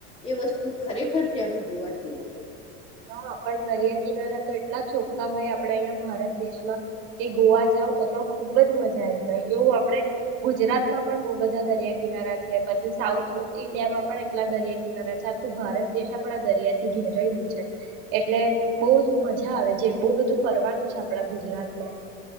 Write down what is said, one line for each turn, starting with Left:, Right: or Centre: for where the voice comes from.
Left: એ વસ્તુ ખરેખર તેનું જોવા જેવું હોય છે.
Right: હા પણ દરિયા કિનારા તો એટલા ચોખ્ખા હોય આપણે અહંયા ભારત દેશમાં કે ગોવા જાવ તો તો ખુબ જ મજા આવી જાય એવું આપણે ગુજરાતમાં પણ બહુ બધા દરિયા કિનારા છે. પછી સાઉથ ઈન્ડિયામાં પણ એટલા દરિયા કિનારા છે. આખું ભારત દેશ આપણે આ દરિયા થી ઘેરાયલું છે. એટલે બહ જ મજા આવે જે બહુ બધું ફરવાનું છે આપડા ગુજરાતમાં